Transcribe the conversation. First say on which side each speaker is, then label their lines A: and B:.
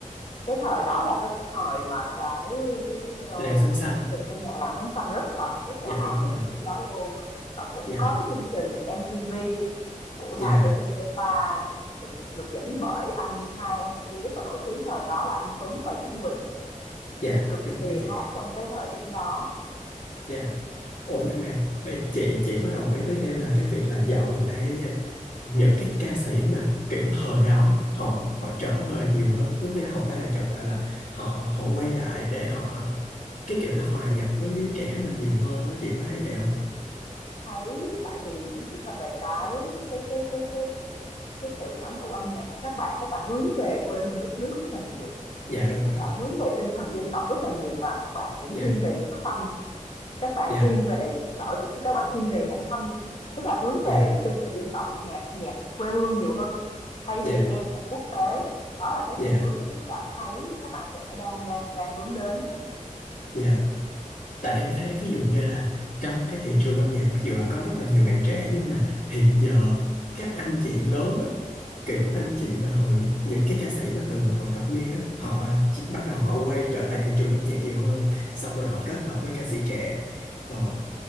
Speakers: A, on the left; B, on the left.
A: cái thời đó là có cái thời mà cái cái cái show
B: làn sóng xanh
A: chương trình ca nhạc làng sống xanh rất là rất là
B: dạ
A: hot
B: đúng
A: cái
B: rồi
A: thời điểm đó luôn và cũng
B: dạ
A: có cái chương trình MTV của
B: dạ
A: đài VTV3 được thực được dẫn bởi anh hai MC rất là nổi tiếng thời đó là anh Tuấn và Diễm Quỳnh
B: dạ
A: cực
B: đúng
A: kỳ
B: rồi chị
A: hot trong cái thời điểm đó
B: dạ ồ
A: Ừm,
B: nhưng mà bây- chị chị có đồng ý với em là cái việc là dạo gần đây á nha những cái ca sĩ mà kiểu thời đó họ họ trở về nhiều hơn ước nghĩa là không phải là trở về là họ họ quay lại để họ cái kiểu là hòa nhập với giới trẻ mình nhiều hơn á chị có thấy vậy không
A: thấy tại vì thứ nhất là về cái cái cái cái cái cái sự cảm thụ âm nhạc của các bạn các bạn hướng về quê hương đất nước rất là nhiều
B: dạ đúng
A: các
B: rồi
A: bạn hướng về tinh thần dân tộc rất là nhiều và các bạn cũng
B: dạ
A: thiên về nhạc xanh các bạn
B: dạ
A: thiên về sở thích của các bạn thiên về nhạc xanh tức là hướng
B: dạ
A: về tinh thần dân tộc nhạc nhạc quê hương nhiều hơn thay
B: dạ
A: vì nghe nhạc quốc tế đó là cái
B: dạ
A: xu hướng mà chị cảm thấy các bạn trẻ đang đang đang hướng đến đó.
B: dạ tại em thấy ví dụ như là trong cái thị trường âm nhạc mặc dù là có rất là nhiều bạn trẻ nhưng mà hiện giờ các anh chị lớn á kiểu anh chị mà hồi những cái ca sĩ mà từ hồi thập niên đó họ chỉ bắt đầu họ quay trở lại thị trường âm nhạc nhiều hơn xong rồi họ kết hợp với ca sĩ trẻ ờ,